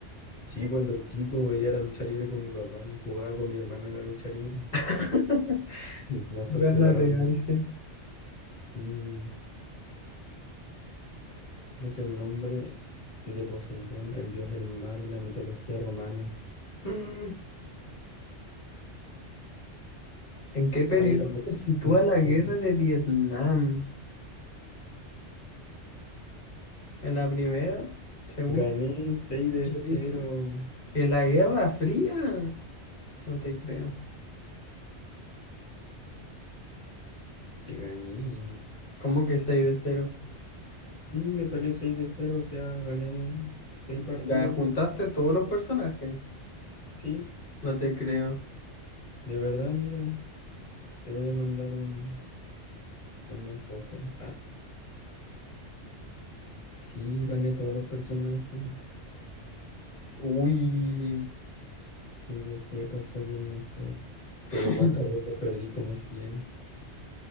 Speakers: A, on the left (about 65°); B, on the left (about 50°).
A: Sí, cuando chico veía la lucha libre con mi papá y jugaba con mi hermano en la lucha libre.
B: <laughs>
A: Nos
B: Van
A: torturábamos.
B: a pegarse.
A: Sí. ¿Cuál es el nombre de Poseidón, el dios del mar en la mitología romana? Mm.
B: ¿En qué periodo
A: Ay, era
B: se sitúa
A: Neptuno.
B: la guerra de Vietnam? ¿En la primera? ¿Segunda?
A: Gané 6
B: bolchevique?
A: de cero.
B: ¿En la Guerra Fría? No te creo.
A: Te gané.
B: ¿Cómo que 6 de cero?
A: Sí, me salió 6 de cero, o sea, gané 6 partidas.
B: Ya juntaste todos los personajes.
A: Sí,
B: No te creo.
A: de verdad, mira, te voy a mandar un, una foto. Ah, sí, gané todos los personajes.
B: Uy,
A: 6 de cero soy el mejor. Pero
B: <laughs>
A: cuántas veces perdí como cien.